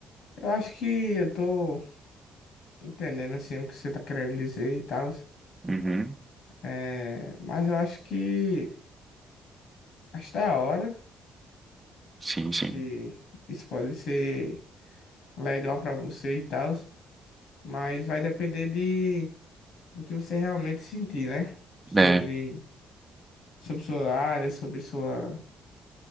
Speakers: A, on the left (about 70°); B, on the right (about 20°).
A: eu acho que eu tô entendendo, assim, o que você tá querendo dizer e tal.
B: Uhum.
A: É, mas eu acho que acho da hora.
B: Sim,
A: Acho
B: sim.
A: que isso pode ser legal pra você e tal. Mas vai depender de do que você realmente sentir, né? Sobre,
B: É,
A: sobre sua área, sobre sua.